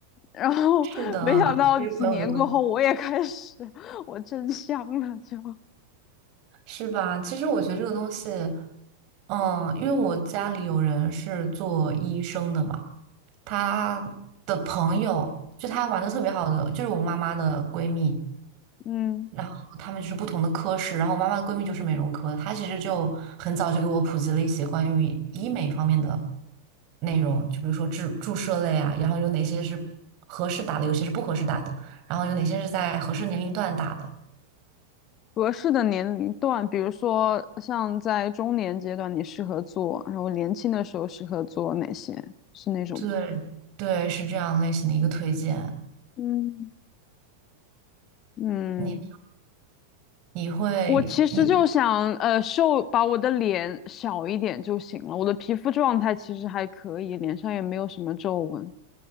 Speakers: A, on the left; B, on the right.
A: 然后没想到几年过后，
B: 是的，对于朋友的关系，
A: 我也开始，我真香了，就
B: 是吧？其实我觉得这个东西，嗯，因为我家里有人是做医生的嘛，他的朋友就他玩的特别好的，就是我妈妈的闺蜜。
A: 嗯，
B: 然后他们就是不同的科室，然后我妈妈的闺蜜就是美容科的，她其实就很早就给我普及了一些关于医美方面的内容，就比如说注注射类啊，然后有哪些是合适打的，有些是不合适打的，然后有哪些是在合适年龄段打的。
A: 合适的年龄段，比如说像在中年阶段，你适合做，然后年轻的时候适合做哪些？是那种吗？
B: 对对，是这样类型的一个推荐。
A: 嗯，嗯，
B: 你呢你会你
A: 我其实就想，呃，瘦，把我的脸小一点就行了。我的皮肤状态其实还可以，脸上也没有什么皱纹。